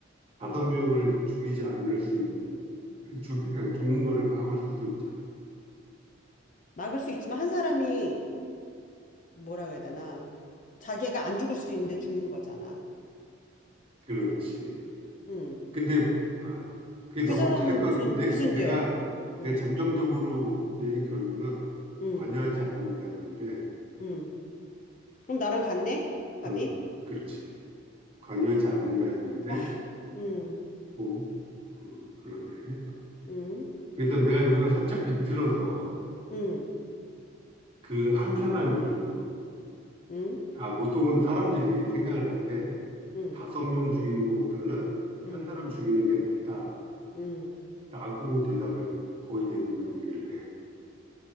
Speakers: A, on the right; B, on the left.
A: 다섯
B: 음,
A: 명을 죽이지 않을 수 있는 죽, 죽는 거를 막을 수도 있잖아.
B: 막을 수 있지만 한 사람이 뭐라고 해야 되나? 자기가 안 죽을 수도 있는데 죽는 거잖아.
A: 그렇지.
B: 응.
A: 근데 아, 그래서
B: 그 사람은
A: 어찌됐건
B: 무슨
A: 내,
B: 무슨
A: 내가
B: 죄야? 응,
A: 내 잠정적으로 내린 결론은
B: 응,
A: 관여하지 않는다였는데,
B: 응. 그럼 나랑 같네? 답이?
A: 어, 그렇지. 관여하지 않는다였는데,
B: 아, 응,
A: 그, 그, 그러네.
B: 응,
A: 그래서 내가 여기서 살짝 비틀어서
B: 응,
A: 그 한 사람이,
B: 응,
A: 아, 보통은 사람들이 생각을 할 때
B: 응,
A: 다섯 명 죽이는 것보다는
B: 응,
A: 한 사람 죽이는 게 낫다.
B: 응.
A: 라고 대답을 거의 대부분 얘기를 해.